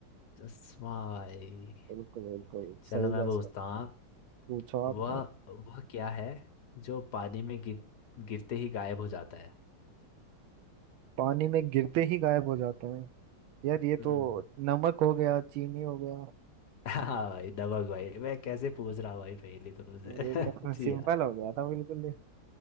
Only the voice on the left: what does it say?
चश्मा भाई
चलो
मैं
पूछता
हूँ
वह वह क्या है जो पानी में गिर गिरते ही गायब हो जाता है
हम्म
<laughs> हाँ भाई दबंग भाई मैं कैसे पूछ रहा हूँ भाई पहले तुमसे
<laughs> जी
यार